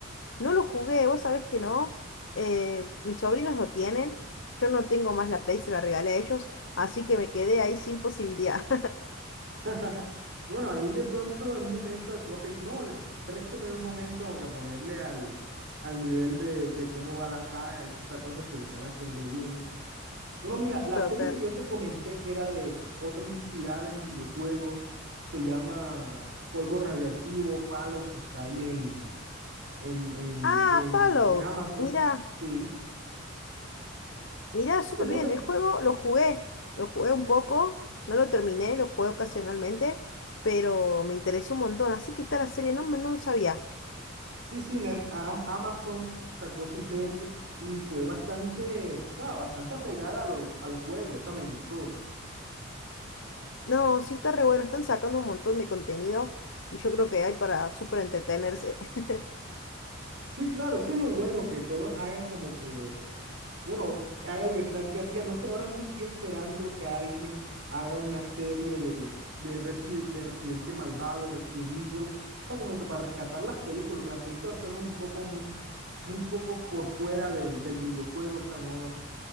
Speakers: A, on the left; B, on the right.
A: No lo jugué, vos sabés que no. eh, mis sobrinos lo tienen. Yo no tengo más la Play, se la regalé a ellos, así que me quedé ahí sin posibilidad.
B: <laughs> Bueno, ahí de pronto en un momento después pe- no, de- présteme un momento como que ponerle al, al nivel de, de cómo va la saga y todas esas cosas si lo están haciendo bien. Bueno, mira,
A: <laughs>
B: la
A: Total.
B: serie que yo te comenté que era de otra inspirada en videojuegos, se llama Polvo Radioactivo, Fallout, que está ahí en, en, en,
A: Ah,
B: en,
A: Fallout.
B: en Amazon.
A: Mirá.
B: Sí,
A: Mirá, súper
B: te, no
A: bien.
B: te
A: El juego lo jugué, lo jugué un poco, no lo terminé, lo jugué ocasionalmente, pero me interesó un montón. Así que está la serie, no, me- no sabía.
B: Sí, sí, Net- Am- Amazon sacó su serie y fue bastante, o sea, bastante apegada a los, a los juegos, o sea, me gustó.
A: No, sí está re bueno, están sacando un montón de contenido y yo creo que hay para súper entretenerse. <laughs>
B: Sí, claro, eso es lo bueno, que todos hagan como que, bueno, que haya libertad creativa. No sé, ahora mismo estoy esperando que alguien haga una serie de, de, Resi- de Residente Malvado, Resident Evil, o sea, como que para rescatar las películas, que las películas fueron un poco, muy, muy poco por fuera del, del videojuego, o sea, no, o